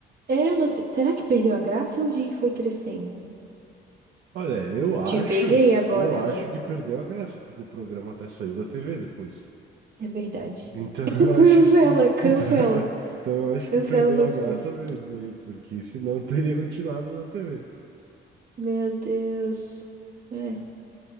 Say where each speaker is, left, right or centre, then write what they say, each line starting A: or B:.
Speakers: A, on the right; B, on the right.
A: É, eu não sei. Será que perdeu a graça ou a gente foi crescendo?
B: Olha, eu acho,
A: Te peguei agora,
B: eu acho
A: né?
B: que perdeu a graça, porque o programa até saiu da TV depois.
A: É verdade.
B: Então
A: <laughs>
B: <laughs> eu
A: Cancela,
B: acho,
A: cancela.
B: então, <laughs> então eu acho
A: Cancela
B: que perdeu
A: o meu
B: a
A: discurso.
B: graça mesmo aí, porque senão teria continuado na TV.
A: Meu Deus. É.